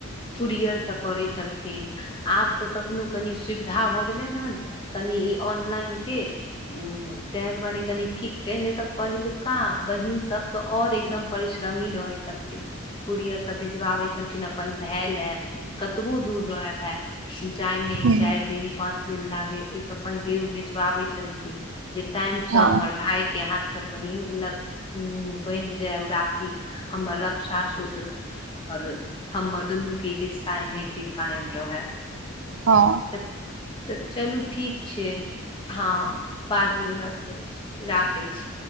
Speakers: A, on the left; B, on the right.
A: कुरियरसँ करै छलखिन आब तऽ तखनो कनि सुविधा भ गेलै हन कनि ई ऑनलाइन के त दु्वारे कनी ठीक छै नहि तऽ पहिलुका बहिन सब तऽ और एकदम परिश्रमी रहै छलखिन कुुरीयर से भेजबाबै छलखिन अपन भाय ले कतबो दूर रहै भाय ह जाय मे चारि
B: हूँ
A: दिन पांच दिन लागे ओहि से पहिले उ भेजवाबे छै छलखिन जे टाइम से
B: हँ
A: हमर भाइ के हाथ बहीन लग बंध जाय राखी हमर रक्षा सूत्र और हमर दुन्नू के रिश्ता एनाहिते कायम रहै
B: हँ
A: तऽ तऽ चलू ठीक छै हँ बादमे बात करै छी राखै छी